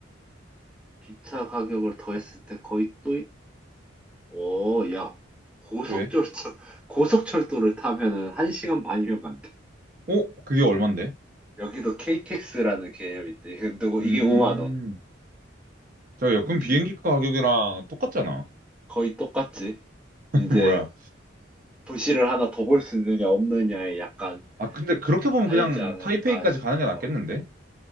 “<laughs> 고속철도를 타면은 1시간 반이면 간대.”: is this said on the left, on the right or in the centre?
Centre